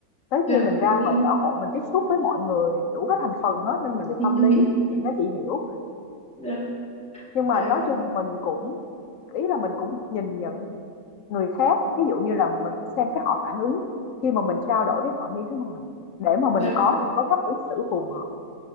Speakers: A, on the left; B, in the centre.
A: tới
B: dạ
A: khi mình ra
B: đúng
A: ngoài
B: rồi
A: xã hội mình tiếp xúc với mọi người đủ các thành phần hết nên mình bị
B: <laughs>
A: tâm lý chuyện đó chị hiểu
B: dạ
A: nhưng mà
B: dạ
A: nói chung là mình cũng ý là mình cũng nhìn nhận người khác ví dụ như là mình xem cái họ phản ứng khi mà mình trao đổi với họ như thế nào để mà mình
B: dạ
A: có thể có cách ứng xử phù hợp